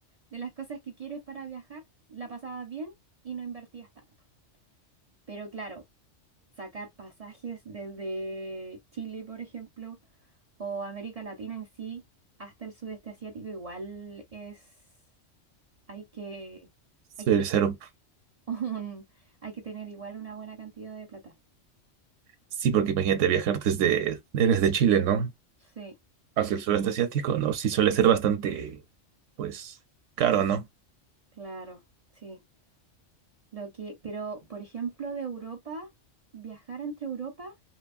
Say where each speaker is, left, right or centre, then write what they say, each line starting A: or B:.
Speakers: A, on the right; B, on the right.
A: de las cosas que quieres para viajar, la pasabas bien y no invertías tanto. Pero claro, sacar pasajes desde Chile, por ejemplo, o América Latina en sí, hasta el sudeste asiático, igual es, hay que,
B: Ser
A: hay que tener
B: cero.
A: <laughs> un, hay que tener igual una buena cantidad de plata.
B: Sí, porque imagínate viajar desde, eres de Chile, ¿no?
A: Sí,
B: Hacia el sureste asiático, ¿no? Sí suele ser bastante, pues, caro, ¿no?
A: claro, sí. Lo que, pero, por ejemplo, de Europa, viajar entre Europa